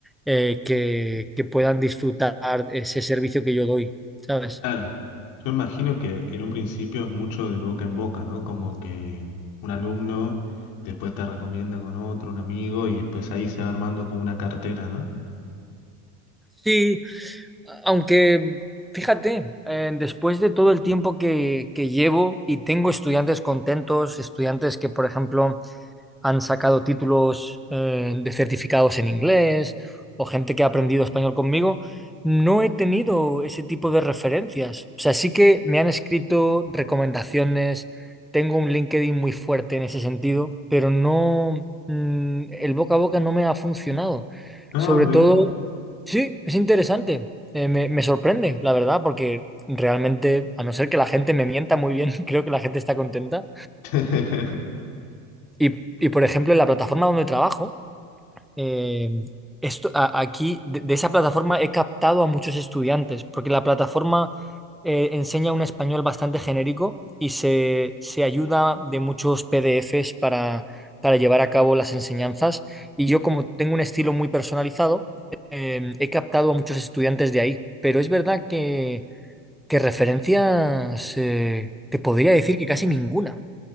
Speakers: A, in the centre; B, on the left.
A: eh, que, que puedan disfrutar ese servicio que yo doy, ¿sabes?
B: Claro, yo imagino que en un principio es mucho del boca en boca, ¿no? Como que un alumno después te recomienda con otro, un amigo, y después ahí se va armando como una cartera, ¿no?
A: Sí, aunque fíjate, eh, después de todo el tiempo que, que llevo y tengo estudiantes contentos, estudiantes que, por ejemplo, han sacado títulos eh, de certificados en inglés o gente que ha aprendido español conmigo, no he tenido ese tipo de referencias. O sea, sí que me han escrito recomendaciones, tengo un LinkedIn muy fuerte en ese sentido, pero no, mm, el boca a boca no me ha funcionado.
B: Ah,
A: Sobre
B: mirá.
A: todo, sí, es interesante, Eh, me, me sorprende, la verdad, porque realmente, a no ser que la gente me mienta muy bien, <laughs> creo que la gente está contenta.
B: <laughs>
A: Y, y, por ejemplo, en la plataforma donde trabajo, eh, esto, a- aquí de, de esa plataforma he captado a muchos estudiantes, porque la plataforma eh, enseña un español bastante genérico y se, se ayuda de muchos PDFs para, para llevar a cabo las enseñanzas. Y yo, como tengo un estilo muy personalizado, eh, he captado a muchos estudiantes de ahí. Pero es verdad que, que referencias, eh, te podría decir que casi ninguna.